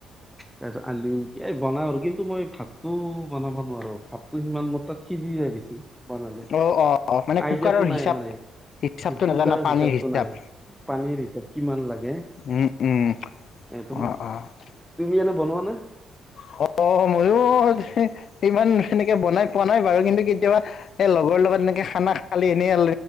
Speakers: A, in the centre; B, on the left.
A: তাৰপিছত আলু, এই বনাওঁ আৰু কিন্তু মই ভাতটো বনাব নোৱাৰোঁ। ভাতটো সিমান মোৰতাত সিজি যাই বে- ছি। বনালে।
B: অ অ অ মানে
A: আইডিয়াটো
B: কুকাৰৰ
A: নাই
B: হিচাপ
A: মানে।
B: হিচাপটো
A: হু, কুকাৰৰ
B: নাজানা পানীৰ
A: হিচাপটো
B: হিচাপ
A: নাই। পানীৰ হিচাপ কিমান লাগে।
B: উম উম
A: এইটো মা-
B: অ অ
A: তুমি আৰু বনোৱা নে?
B: হ', মইয়ো হি, সিমান সেনেকে বনাই পোৱা নাই বাৰু। কিন্তু কেতিয়াবা- এ' লগৰ লগত এনেকে খানা খালি এনে আৰু